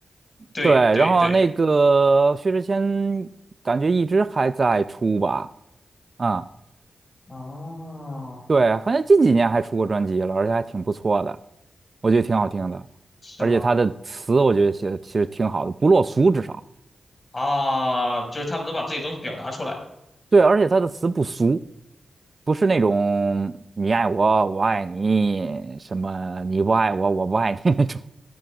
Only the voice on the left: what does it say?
对对对，
啊，
是吗？
啊，就是他们能把自己东西表达出来。